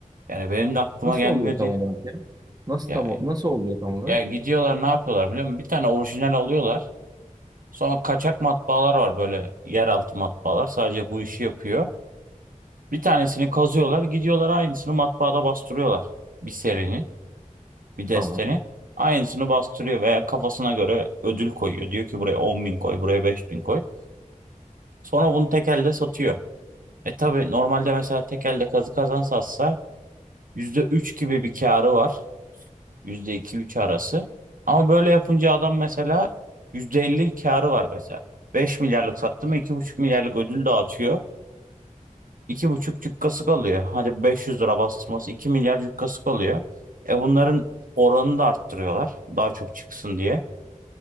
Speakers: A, on the right; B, on the right.
A: Yani benim de aklıma
B: Nasıl
A: gelmiyor
B: oluyor tam
A: diye.
B: olarak ya? Nasıl
A: Ya,
B: tam nasıl oluyor tam olarak?
A: ya gidiyorlar ne yapıyorlar biliyor musun? Bir tane orijinal alıyorlar. Sonra kaçak matbaalar var böyle yeraltı matbaalar. Sadece bu işi yapıyor. Bir tanesini kazıyorlar, gidiyorlar aynısını matbaada bastırıyorlar bir serinin. bir desteni.
B: Tamam.
A: Aynısını bastırıyor veya kafasına göre ödül koyuyor. Diyor ki buraya on bin koy, buraya beş bin koy. Sonra bunu tek elde satıyor. E tabii normalde mesela tek elde kazı kazan satsa %3 gibi bir karı var. yüzde iki üç arası. Ama böyle yapınca adam mesela %50 karı var mesela. 5 milyarlık sattı mı iki buçuk milyarlık ödül dağıtıyor. iki buçuk cükkası kalıyor. Hadi 500 lira bastırması 2 milyar cükkası kalıyor. E bunların oranını da arttırıyorlar. Daha çok çıksın diye.